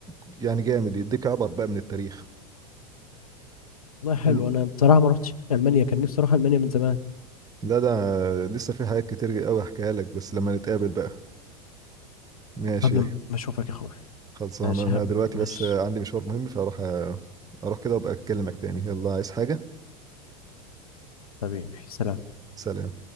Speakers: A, on the right (about 20°); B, on the left (about 65°).
A: يعني جامد يديك عبر بقى من التاريخ
B: والله حلو
A: لم-
B: انا بصراحه ما رحتش المانيا كان نفسي اروح المانيا من زمان
A: لا ده لسه في حاجات كتير قوي احكيها لك بس لما نتقابل بقى ماشي
B: قبل ما اشوفك يا اخوي
A: خلصان
B: ماشي
A: انا
B: يا حبيبي
A: دلوقتي
B: ماشي
A: بس عندي مشوار مهم فاروح أ- اروح كده وابقى اكلمك تاني يلا عايز حاجة
B: حبيبي سلام
A: سلام